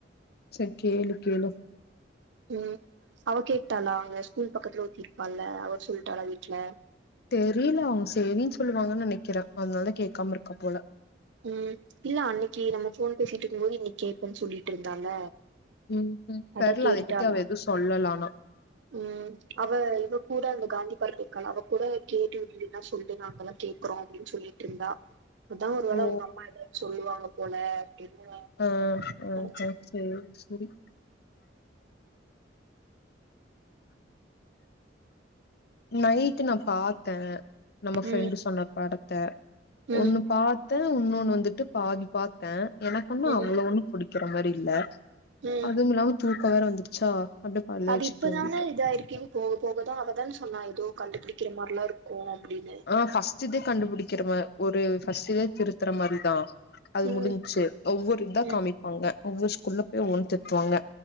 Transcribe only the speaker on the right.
ம் அவ கேட்டாளா அங்க ஸ்கூல் பக்கத்துல ஒருத்தி இருப்பால்ல அவ சொல்ட்டாளா வீட்ல?
ம் இல்ல அன்னக்கி நம்ம ஃபோன் பேசிட்டு இருக்கும் போது இன்னக்கி கேப்பேன்னு சொல்லிட்டு இருந்தால்ல
அதா
கேட்டுட்டாளா
ம் அவ இவ கூட அந்த காந்தி <unintelligible> இருக்கால்ல அவ கூட கேட்டுட்டீங்கனா சொல்லு நாங்கல்லா கேக்குறோ அப்பிடின்னு சொல்லிட்ருந்தா ஒரு வேள
அவுங்க அம்மா எதாவது சொல்லுவாங்க போல அப்டின்னு
நெனச்சே
ம்
ம்
ம்
ம்
அது
இப்பதானே
இதா இருக்கீங்க போக போகதான் அவதான் சொல்ல நான் ஏதோ கண்டுபிடிக்கிற மாதிரிலாம் இருக்கோ அப்படின்னு
ம்
ம்